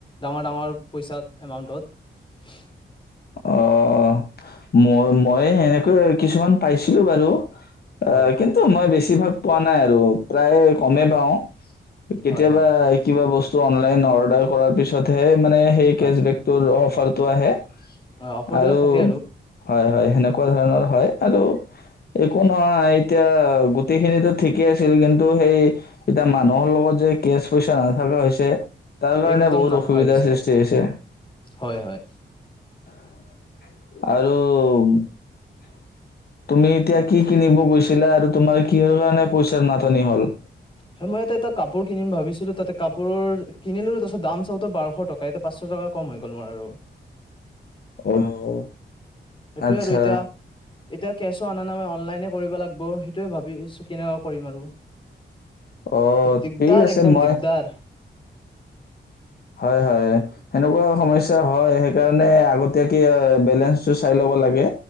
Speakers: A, on the left; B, on the left.
A: ডাঙৰ ডাঙৰ পইচা এমাউন্টত।
B: অ', মই-মই সেনেকৈ কিছুমান পাইছিলোঁ বাৰু। অ',
A: হয়
B: কিন্তু মই বেছিভাগ পোৱা নাই আৰু প্ৰায় কমেই পাওঁ। কেতিয়াবা
A: হয় হয়
B: কিবা বস অনলাইন অৰ্ডাৰ কৰাৰ পিছতহে মানে সেই
A: হয়
B: কেচবেকটো লও আফাৰ টো আহে।
A: অফাৰবিলাক
B: আৰু
A: থাকে
B: হয় হয়। সেনেকুৱা ধৰণৰ হয় আৰু একো নহয় এতিয়া গোটেইখিনিতো ঠিকেই আছিল, কিন্তু সেই এতিয়া মানুহৰ লগত যে কেচ পইচা না ভালো হৈছে, তাৰ কাৰণে
A: একদম
B: বহুত
A: নাথাকা
B: অসুবিধাৰ
A: হৈ গৈছে
B: সৃষ্টি হৈছে।
A: হয় হয়
B: আৰু তুমি এতিয়া কি কিনিব গৈছিলা আৰু তোমাৰ কিহৰ কাৰণে পইচাৰ নাটনি হ'ল?
A: হয় মই এতে এটা কাপোৰ কিনিম ভাবিছিলোঁ, তাতে কাপোৰ কিনিলোঁ, তাৰ পিছত দাম চাওঁতে বাৰশ টকা, এতিয়া পাঁচশ টকা কম হৈ গ'ল মোৰ আৰু।
B: অ'।
A: সেইটোয়ে
B: আচ্ছা
A: আৰু এতিয়া, এতিয়া কেছো আনানাই, মই অনলাইনে কৰিব লাগব, সেইটোয়ে ভাবিছোঁ কেনেকুৱা কৰিম আৰু।
B: অ',
A: দিগদাৰ
B: ঠিক আছে
A: একদম
B: মই
A: দিগদাৰ
B: হয় হয়, সেনেকুৱা সমস্যা হয়, সেইকাৰণে আগতীয়াকে বেলেঞ্চটো চাই ল'ব লাগে।